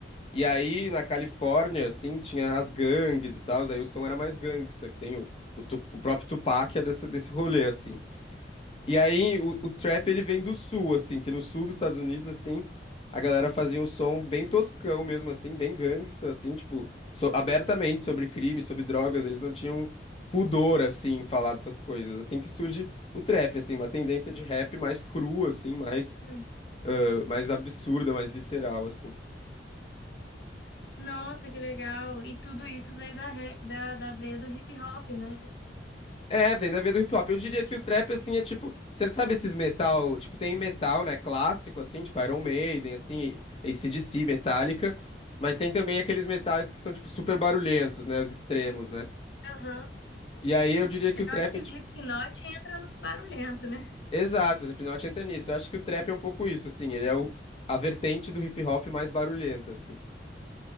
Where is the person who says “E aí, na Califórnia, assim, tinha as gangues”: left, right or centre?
Left